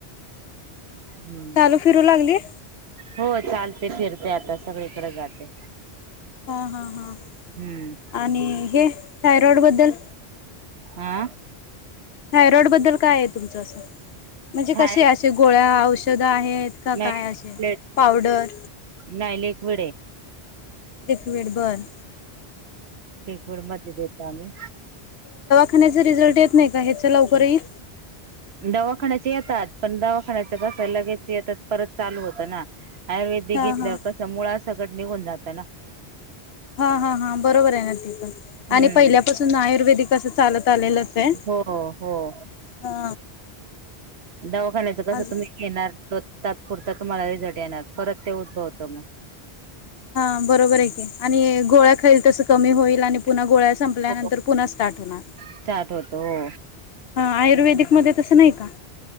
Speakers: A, on the right; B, on the left.
A: हम्म
B: चालू फिरू लागली?
A: हो चालते फिरते आता सगळीकडे जाते.
B: हा हा हा
A: हम्म
B: आणि हे थायरॉइड बद्दल,
A: आा
B: हाय रोड बद्दल काय आहे तुमचं असं म्हणजे
A: थाय
B: कसे असे गोळ्या औषधं आहेत का
A: नाही
B: काय असे
A: प्लेट
B: पावडर
A: नाही लेक वळे
B: लिक्विड बर्
A: शकबळ मध्ये देतो आम्ही
B: खाण्याच रिझल्ट येत नाही का ह्याच लवकरही
A: दवाखान्याचे येतात पण दवाखान्याच कसं लगेच येतात परत चालू होतं ना आयुर्वेदिक
B: हा
A: घेतल्यावर
B: हा
A: कस मुळाासगट निघून जातं ना
B: हा हा हा बरोबर आहे ना ती पण
A: हम्म
B: आणि पहिल्यापासून आयुर्वेदिक कस चालत आलेलच आहे
A: हो हो
B: हा
A: दवाखान्याच कसं
B: आज
A: तुम्ही घेणार तर तात्पुरत तुम्हाला रिझट येणार परत ते उद्भवतो मग
B: हा बरोबर आहे आणि गोळ्या खाईल तस कमी होईल आणि पुन्हा गोळ्या संपल्यानतंर
A: हो
B: पुन्हा स्टार्ट होणार
A: स्टार्ट होतो हो
B: ह हाय आयुर्वेदिकमध्येध्ये तसं नाही का